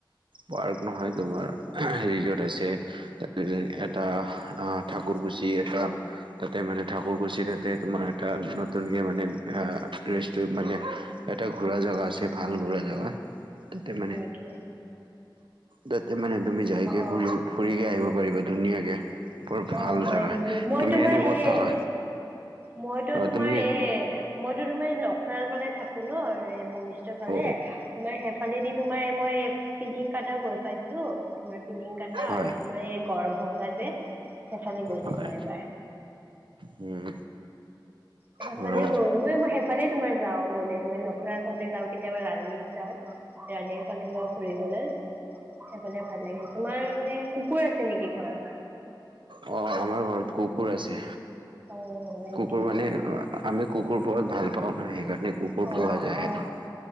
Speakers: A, on the right (about 80°); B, on the right (about 25°).
A: পাৰ্ক নহয় তোমাৰ আ ৰিজৰ্ট আছে। তাৰপিছত এটা অহ ঠাকুৰকুচি এটা- তাতে মানে ঠাকুৰকুছি তাতে তোমাৰ এটা নতুনকে মানে আ ৰেষ্ট- টো মানে, এটা ঘূৰা জেগা আছে ভাল ঘূৰা জেগা তাতে মানে-
B: ঠিকে আছে
A: তাতে মানে তুমি যাইকে
B: অ
A: ঘুৰি, ফুৰিকে আহিব পাৰিবা ধুনীয়াকে। বৰ ভাল
B: অ হয়
A: জেগা,
B: নেকি মই
A: তুমি
B: তোমাৰ
A: এনে
B: সেই
A: ক'ত থাকা?
B: মইতো
A: অ
B: তোমাৰ
A: তুমি
B: এ, মইতো তোমাৰ লখৰাল ফালেই থাকো নহ এ বশিষ্টৰ ফালে,
A: অ
B: তোমাৰ সেইফালেদি তোমাৰ মই পিলিং কটা গৈ পাইছো। তোমাৰ পিলিং কটা
A: হয়
B: আৰু তোমাৰ এই গড়ভংগা যে, সেইফালে গৈছিলো
A: হয়
B: এবাৰ।
A: উম।
B: সেইফালে
A: হয়
B: গলোৱে মই সেইফালে তোমাৰ যাওঁ গ'লে তোমাৰ লখৰাৰ ফালে যাওঁ কেতিয়াবা ৰানীত যাওঁ। ৰাণীৰ ফালে যাওঁ ফুৰিবলৈ। সেইফালে ভাল লাগে তোমাৰ মানে কুকুৰ আছে নেকি ঘৰৰ?
A: অ, আমাৰ ঘৰত কুকুৰ আছে,
B: অ হয়
A: কুকুৰ
B: নেকি
A: মানে- আমি কুকুৰ পোহাত ভাল পাও ন সেইকাৰণে- কুকুৰ
B: অ
A: পোৱা যায়
B: অ
A: আৰু